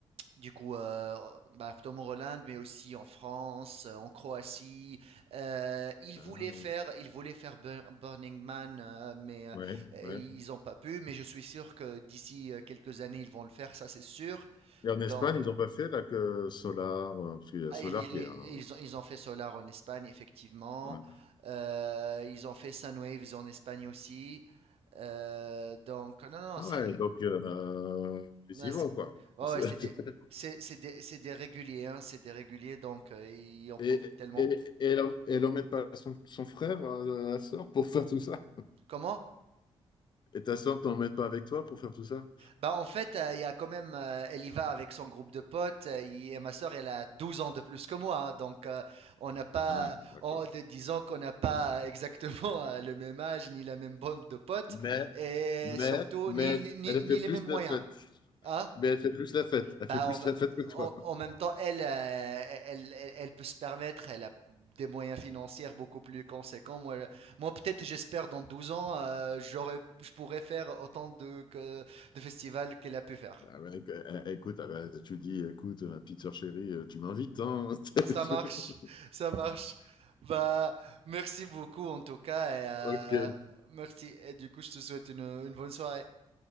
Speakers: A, on the right (about 70°); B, on the left (about 45°).
A: du coup, euh, bah, Tom Holland, mais aussi en France, euh, en Croatie. Euh, ils
B: Ah,
A: voulaient faire, ils voulaient faire Bur- Burning Man, euh, mais euh,
B: ouais,
A: euh,
B: ouais.
A: ils n'ont pas pu. Mais je suis sûr que d'ici euh, quelques années, ils vont le faire, ça c'est sûr.
B: Et en Espagne,
A: Donc,
B: ils n'ont pas fait là que Solar, euh, parce qu'il y a
A: ah,
B: Solar
A: ils, ils-
B: qui est un-
A: ils ont, ils ont fait Solar en Espagne, effectivement.
B: ouais.
A: Euh, ils ont fait Sunwaves en Espagne aussi. Euh, donc, non, non,
B: Ah
A: non, c'est
B: ouais, donc euh, ils
A: Non,
B: y vont,
A: c'est-
B: quoi.
A: ouais,
B: <laughs>
A: ouais, c'est des, c'est, c'est des, c'est des réguliers, hein, c'est des réguliers, donc euh, ils en profitent
B: Et,
A: tellement.
B: et, et, elle, elle emmène pas son, son frère, euh, la sœur, pour faire tout ça?
A: Comment?
B: Et ta sœur t'emmène pas avec toi pour faire tout ça?
A: Bah en fait, euh, il y a quand même, euh, elle y va avec son groupe de potes, euh, il- et ma sœur, elle a 12 ans de plus que moi, hein, donc euh, on n'a pas,
B: Ah, bon, d'accord.
A: en de- disons qu'on n'a pas exactement euh, le même âge, ni la même bande de potes,
B: Mais,
A: et
B: mais,
A: surtout,
B: mais,
A: ni, ni, ni-
B: elle
A: ni
B: fait plus
A: les mêmes moyens.
B: la fête.
A: Hein?
B: Mais elle fait plus la fête. Elle
A: Bah,
B: fait plus
A: en, me-
B: la fête que toi.
A: en- en même temps, elle, euh, elle, elle- elle peut se permettre, elle a des moyens financiers beaucoup plus conséquents. Moi, euh, moi peut-être, j'espère, dans 12 ans, euh, j'aurais, je pourrais faire autant de, que- de festivals qu'elle a pu faire.
B: Ah ouais, éc- euh, écoute, ah ouais, tu dis, écoute, ma petite sœur chérie, euh, tu m'invites, hein? <laughs>
A: Ça marche, ça marche. Bah, merci beaucoup en tout cas. et, euh,
B: Ok.
A: merci. Et du coup, je te souhaite une une bonne soirée.